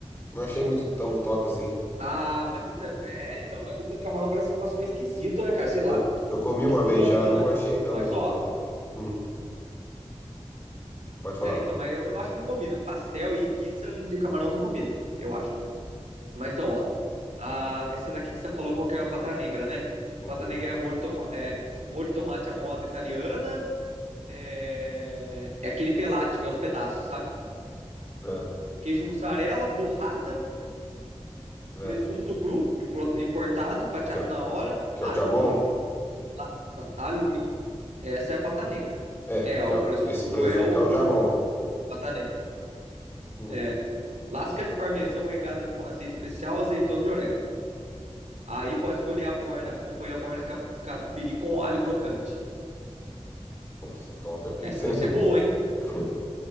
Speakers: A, on the left; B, on the right.
A: Não achei muito tão top assim.
B: Ah, mas pizza. É, então, mas pizza de camarão parece um negócio meio esquisito, né, cara? Sei lá.
A: Eu, eu comi
B: Parece
A: uma
B: que
A: vez
B: não combina.
A: já, não achei tão
B: Mas,
A: muito
B: ó.
A: boa, não. Hum, pode falar.
B: É, então, mas eu, eu acho que não combina. Pastel e pizza de camarão não combina, eu
A: Hum,
B: acho. Mas então, ó, a- essa daqui que você falou, qual que é a pata negra, né?
A: Uhum,
B: Pata negra é molho, toma, é molho de tomate à moda italiana, é, é aquele pelate, que é os pedaços, sabe?
A: é,
B: Queijo mussarela, borrata,
A: é.
B: presunto cru, impor- importado, fatiado
A: Que, é-
B: na hora,
A: que
B: alho
A: é o jamon?
B: negro, la- la- alho negro. Essa é a pata negra.
A: É,
B: É, ó,
A: que
B: o
A: é, o-
B: presunto
A: esse
B: cru
A: presunto
B: é o,
A: é o
B: o
A: jamon.
B: jamão, a pata negra.
A: Hum,
B: É. Lasca de parmesão regada com azeite especial, azeitonas e orégano. Aí pode escolher a borda, acompanha a borda de cap- catupiry com alho crocante.
A: nossa, top a pizza,
B: Essa deve
A: hein,
B: ser
A: velho?
B: boa, hein?
A: <laughs>